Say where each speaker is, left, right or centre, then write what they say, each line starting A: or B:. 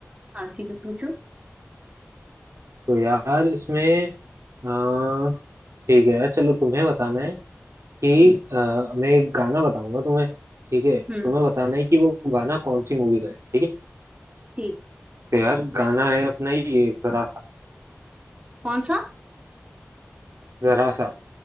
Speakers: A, on the right (about 25°); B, on the right (about 85°).
A: हाँ ठीक है पूछो
B: तो यार इसमें अह, ठीक है यार चलो तुम्हें बताना है कि अह, मैं एक गाना बताऊंगा तुम्हें ठीक है तुम्हें
A: हम्म
B: बताना है कि वो गाना कौन सी मूवी का है ठीक है
A: ठीक
B: तो यार गाना है अपना ये जरा सा
A: कौन सा
B: जरा सा